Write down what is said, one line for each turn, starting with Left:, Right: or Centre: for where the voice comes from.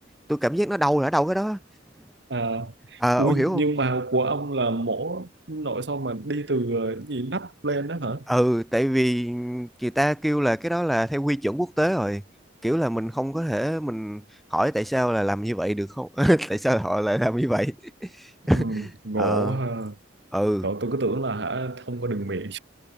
Centre: tôi cảm giác nó đau là ở đâu cái đó
Right: à,
Centre: à
Right: ui
Centre: ông hiểu không
Right: nhưng mà của ông là mổ nội soi mà đi từ ờ, cái gì nắp lên đó hả
Centre: ừ tại vì người ta kêu là cái đó là theo quy chuẩn quốc tế rồi kiểu là mình không có thể mình hỏi tại sao là làm như vậy được không <laughs> tại sao họ lại làm như vậy <laughs>
Right: ừ gỗ
Centre: ờ
Right: ha
Centre: ừ
Right: Trời, tôi cứ tưởng là hả không có đường miệng